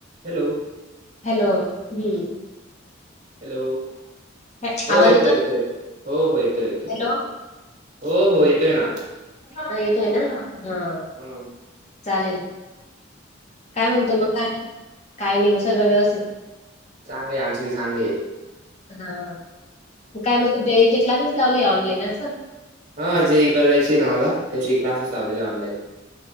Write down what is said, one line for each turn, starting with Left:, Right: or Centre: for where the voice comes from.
Right: Hello!
Left: Hello हूं!
Right: Hello
Left: हे-
Right: हो
Left: आवाज
Right: येतोय येतोय, हो हो येतोय येतोय.
Left: हॅलो
Right: हो हो येतोय ना!
Left: येकायला येतंय ना हा!
Right: हूं!
Left: चालेल काय म्हणतो मग काय काय नाही ओ सगळं व्यवस्थित.
Right: चांगलीय आमची बी चांगली हे.
Left: हा म काय म्हणतो बी आय चे क्लासेस लावले ऑनलाईन असं.
Right: हा जे ई ई करायची ना माला त्याचे क्लासेस लावलेले ऑनलाईन.